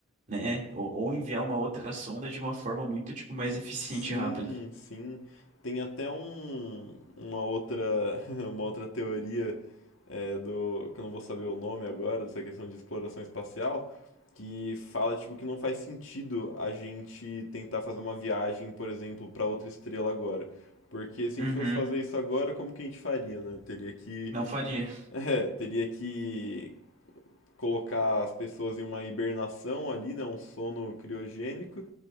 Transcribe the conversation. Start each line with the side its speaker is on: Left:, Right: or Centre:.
Right: né? Ou, ou enviar uma outra sonda de uma forma muito, tipo, mais eficiente
Left: Sim,
Right: e rápida.
Left: sim. Tem até um, uma outra, <laughs> uma outra teoria é, do, que eu não vou saber o nome agora, dessa questão de exploração espacial, que fala tipo que não faz sentido a gente tentar fazer uma viagem, por exemplo, para outra estrela agora. Porque se
Right: Uhum.
Left: a gente fosse fazer isso agora, como que a gente faria, né? Teria que,
Right: Não faria.
Left: <laughs> é, teria que colocar as pessoas em uma hibernação ali, né, um sono criogênico,